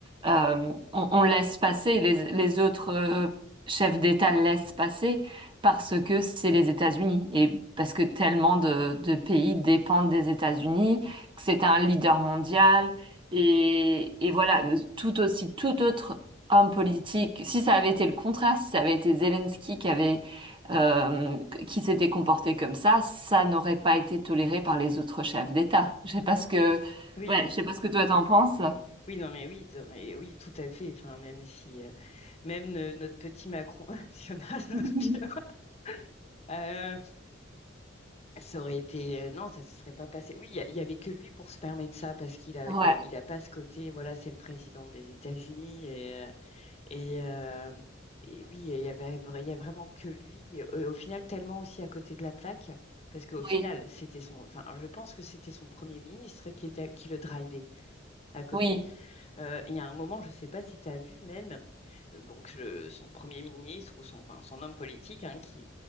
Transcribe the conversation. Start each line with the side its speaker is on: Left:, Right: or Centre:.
Right: Euh, on, on laisse passer les, les autres euh, chef d'État laisse passer parce que c'est les États-Unis et parce que tellement de, de pays dépendent des États-Unis, que c'est un leader mondial et, et voilà, tout aussi tout autre homme politique, si ça avait été le contraire, si ça avait été Zelensky qui avait euh, qui s'était comporté comme ça, ça n'aurait pas été toléré par les autres chefs d'État. Je sais pas ce que
Left: oui,
Right: ouais, je sais pas ce que toi t'en penses.
Left: oui, non, mais oui, non, mais oui, tout à fait. Enfin, même si, euh, même euh, notre petit Macron <laughs> national, <laughs>
Right: <laughs>
Left: tu vois. Euh, Ça aurait été... euh, non, ça se serait pas passé. Oui, il y, a- il y avait que lui pour se permettre ça, parce qu'il a,
Right: Ouais,
Left: il a, il a pas ce côté, voilà, c'est le président des États-Unis, et, euh, et, euh, et oui, il y avait, il y a vraiment que lui, et au final, tellement aussi à côté de la plaque, parce qu'au final,
Right: oui,
Left: c'était son... Enfin, je pense que c'était son premier ministre qui était, qui le drivait à côté.
Right: oui,
Left: Euh, il y a un moment, je sais pas si tu as vu même, euh, donc le- son premier ministre ou son, enfin, son homme politique, hein, qui